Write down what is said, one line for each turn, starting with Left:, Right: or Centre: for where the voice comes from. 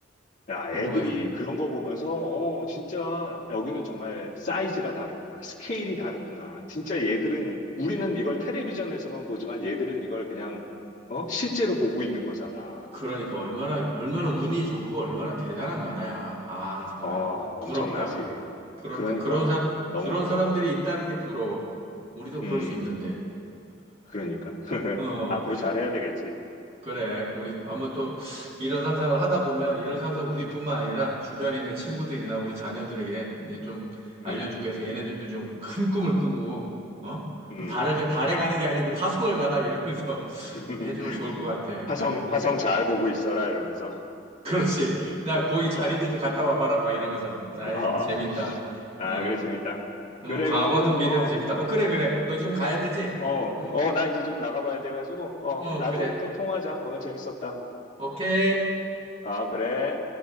Left: 야,
Right: 훌륭하지.
Left: 애들이 그런 거 보면서, 어, 진짜, 여기는 정말 사이즈가 다르구나. 스케일이 다르구나. 진짜 얘들은, 우리는 이걸 텔레비전에서만 보지만 얘들은 이걸 그냥, 어, 실제로 보고 있는 거잖아.
Right: 그러니까 얼마나, 얼마나 운이 좋고 얼마나 대단한 나라야. 아, 정말
Left: 어, 엄청나지.
Right: 부럽다. 부럽다.
Left: 그러니까,
Right: 그런 사람,
Left: 너무
Right: 그런
Left: 부러워.
Right: 사람들이 있다는 게 부러워. 우리도 그럴
Left: 음,
Right: 수 있는데.
Left: 그러니까. <laughs>
Right: 어,
Left: 앞으로 잘해야 되겠지.
Right: 그래. 우리 아마 또 이런 상상을 하다 보면 이런 상상 우리뿐만 아니라 주변에 있는 친구들이나 우리 자녀들에게 이제 좀
Left: 음,
Right: 알려주고 해서 얘네들도 좀 큰 꿈을 꾸고, 어?
Left: 음.
Right: 달에, 달에 가는 게 아니고 화성을 가라 이러면서 <laughs>
Left: <laughs>
Right: 해주면 좋을 것 같아.
Left: 화성,
Right: 아이
Left: 화성
Right: 참.
Left: 잘 보고 있어라, 이러면서.
Right: 그렇지. 나
Left: <laughs>
Right: 거기 잘
Left: 어,
Right: 있는지 갔다 와봐라. 막 이러면서. 아이,
Left: 아,
Right: 재밌다.
Left: 아,
Right: 어,
Left: 그래, 재밌다.
Right: 어,
Left: 그래,
Right: 과거든
Left: 그러면은,
Right: 미래든
Left: 어,
Right: 재밌다. 어, 그래, 그래. 너 지금 가야 되지?
Left: 어, 어,
Right: 응.
Left: 나 이제 지금 나가봐야 돼가지고, 어,
Right: 어,
Left: 나중에
Right: 그래.
Left: 또 통화하자. 오늘 재밌었다.
Right: 오케이.
Left: 아, 그래.